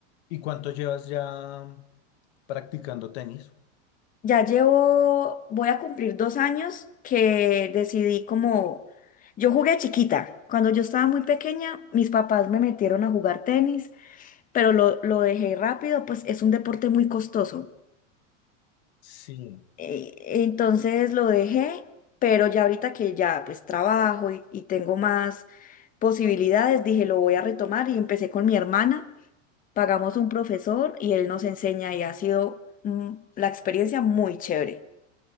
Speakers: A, on the left; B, on the left.
A: ¿Y cuánto llevas ya practicando tenis?
B: Ya llevo, voy a cumplir dos años que decidí como, yo jugué chiquita. Cuando yo estaba muy pequeña, mis papás me metieron a jugar tenis, pero lo, lo dejé rápido, pues es un deporte muy costoso.
A: Sí.
B: Eh, Entonces lo dejé, pero ya ahorita que ya pues trabajo y y tengo más posibilidades, dije, lo voy a retomar y empecé con mi hermana. pagamos un profesor y él nos enseña y ha sido mm, la experiencia muy chévere.